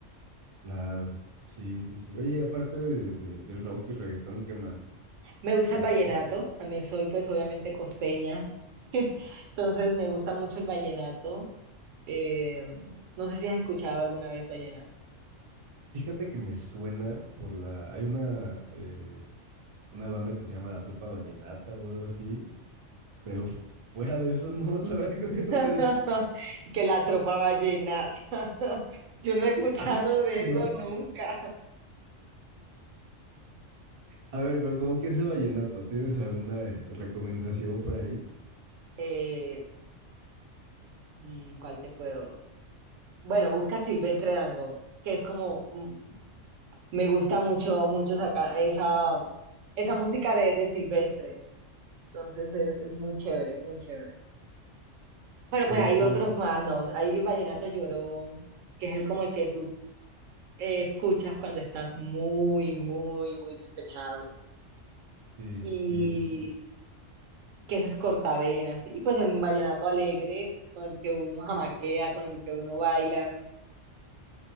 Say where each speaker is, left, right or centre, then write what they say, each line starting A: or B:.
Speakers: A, on the right (about 45°); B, on the right (about 85°).
A: Claro, sí, sí, sí. Oye, y aparte de, de, de rock y reggaetón, ¿qué más?
B: Me gusta
A: ¿Cómo
B: el vallenato,
A: que más te gusta?
B: también soy pues obviamente costeña, <laughs> entonces me gusta mucho el vallenato. Eh, no sé si has escuchado alguna vez vallenato.
A: Fíjate que me suena por la... Hay una, eh, una banda que se llama La Tropa Vallenata o algo así, pero f- fuera de eso, no, <laughs> la verdad creo que nunca
B: <laughs>
A: la escuché.
B: Que la tropa vallenata. <laughs> Yo no he escuchado
A: Algo así,
B: de eso
A: ¿no?
B: nunca.
A: A ver, pero como que es el vallenato? ¿Tienes alguna eh, recomendación por ahí?
B: Eh, mm, ¿cuál te puedo? Bueno, busca Silvestre Dangond, que es como, mm, me gusta mucho, mucho saca- esa, esa música de, de Silvestre. Entonces es, es muy chévere, muy chévere. Pero
A: Silvestre,
B: pues hay otros más, ¿no? Hay Vallenato Llorón, que es el como el que tú eh, escuchas cuando estás muy, muy, muy despechado
A: sí,
B: y
A: sí, sí, sí.
B: que ese es cortavenas, y pues el vallenato alegre con el que uno jamaquea, con el que uno baila.